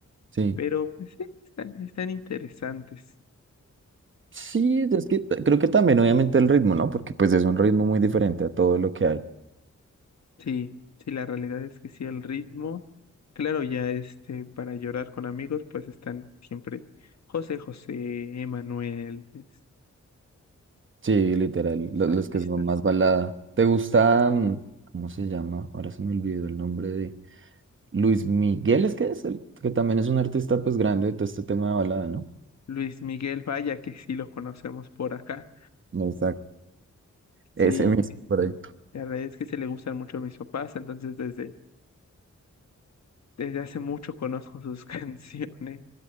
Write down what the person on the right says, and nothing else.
Sí,
Sí, es que t- creo que también obviamente el ritmo, ¿no? Porque pues es un ritmo muy diferente a todo lo que hay.
Sí, literal,
lo- los,
que son más balada. ¿Te gusta,
mm, cómo se llama? Ahora se me olvidó el nombre de Luis Miguel, es que es el, que también es un artista pues grande de todo este tema de balada, ¿no?
Exacto.
Ese mismo por
ahí.